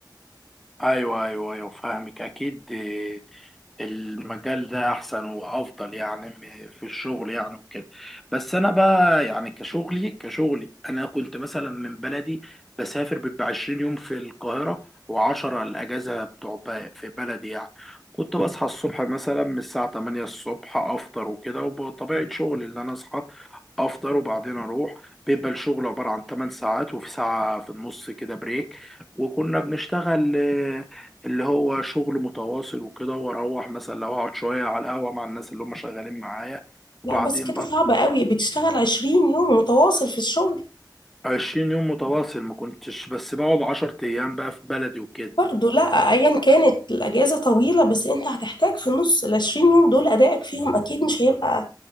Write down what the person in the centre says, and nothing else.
ايوه ايوه ايوه فاهمك اكيد المجال ده احسن وافضل يعني م- في الشغل يعني وكده بس انا بقى يعني كشغلي كشغلي انا كنت مثلا من بلدي بسافر بيبقى 20 يوم في القاهره و10 الاجازه بتوع ب- في بلدي يعني كنت بصحى الصبح مثلا من الساعه 8 الصبح افطر وكده وبطبيعه شغلي اللي انا اصحى افطر وبعدين اروح بيبقى الشغل عباره عن 8 ساعات وفي ساعه في النص كده بريك وكنا بنشتغل اللي هو شغل متواصل وكده واروح مثلا لو اقعد شويه على القهوه مع الناس اللي هم شغالين معايا وبعدين
بطل
20 يوم متواصل ما كنتش بس بقعد 10 ايام بقى في بلدي وكده